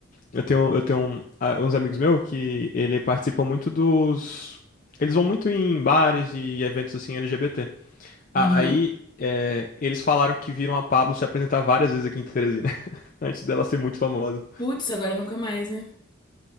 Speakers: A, on the left; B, on the left.
A: eu tenho eu tenho um- ah, uns amigos meus que ele participam muito dos eles vão muito em bares e eventos assim LGBT.
B: Uhum.
A: Aí é, eles falaram que viram a Pabllo se apresentar várias vezes aqui em Teresina <laughs> antes dela ser muito famosa.
B: Putz, agora nunca mais, né?